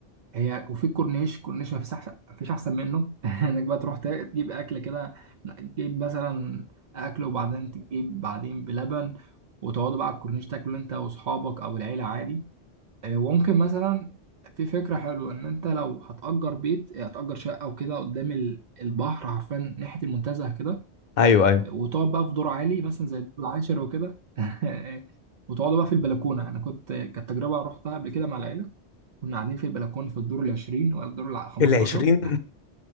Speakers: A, on the right; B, on the left.
A: هي وفي الكورنيش كورنيش ما فيش احسن مفيش احسن منه <laughs> انك بقى تروح تجيب اكل كده تجيب مثلا اكل وبعدين تجيب بعدين بلبن وتقعدوا بقى على الكورنيش تاكلوا انت واصحابك او العيله عادي آه، وممكن مثلا في فكره حلوه ان انت لو هتأجر بيت آه، هتأجر شقه وكده قدام ال- البحر عارفين ناحيه المنتزه كده
B: ايوه ايوه
A: وتقعد بقى في دور عالي مثلا زي الدور العاشر وكده <laughs> وتقعدوا بقى في البلكونه انا كنت كانت تجربه رحتها قبل كده مع العيله كنا قاعدين في البلكونه في الدور العشرين ولا الدور الع- 15
B: في العشرين